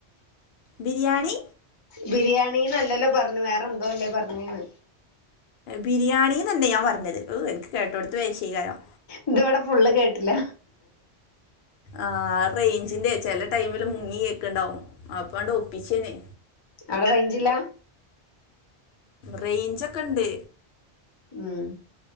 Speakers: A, on the left; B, on the left.
A: ബിരിയാണി
B: ബിരിയാണിന്നല്ലല്ലോ പറഞ്ഞ് വേറെന്തോ അല്ലേ പറഞ്ഞ്ന്ന്
A: ബിരിയാണിന്നെന്നെ ഞാൻ പറഞ്ഞത് ഓ എനിക്ക് കേട്ടോടുത്ത് വേശീകാരം
B: ഇത് ഇവടെ ഫുള്ള് കേട്ട്ല്ല
A: ആഹ് അഹ് റെയ്ഞ്ചിന്റെ ചെല ടൈമില് മുങ്ങി കേക്ക്‌ണ്ടാവും അപ്പാണ്ട് ഒപ്പിച്ചേനെ
B: അവ്ടെ റെയ്ഞ്ചില്ല
A: റെയ്ഞ്ചൊക്കെ ഇണ്ട്
B: ഉം